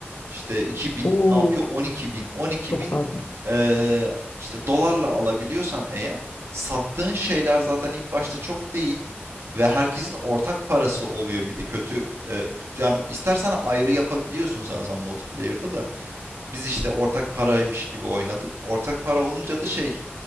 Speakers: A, on the right; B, on the left.
A: İşte iki bin,
B: Oo,
A: ne yapıyor? 12000. 12000
B: çok fazla.
A: eee işte dolarla alabiliyorsan eğer sattığın şeyler zaten ilk başta çok değil ve herkesin ortak parası oluyor bir de kötü eee, yani istersen ayrı yapabiliyorsun sanırsam multiplayer'da da biz işte ortak paraymış gibi oynadık. Ortak para olunca da şey